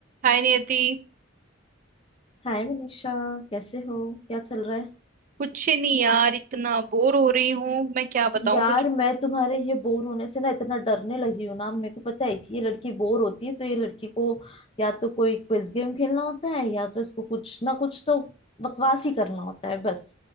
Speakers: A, on the right; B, on the left.
A: हाय नियति
B: हाय मनीषा कैसे हो क्या चल रहा है
A: कुछ नहीं यार इतना बोर हो रही हूँ मैं क्या बताऊँ
B: यार
A: कुछ
B: मैं तुम्हारे ये बोर होने से ना इतना डरने लगी हूँ ना मेरे को पता है कि ये लड़की बोर होती है तो ये लड़की को या तो कोई क्विज गेम खेलना होता है या तो इसको कुछ ना कुछ तो बकवास ही करना होता है बस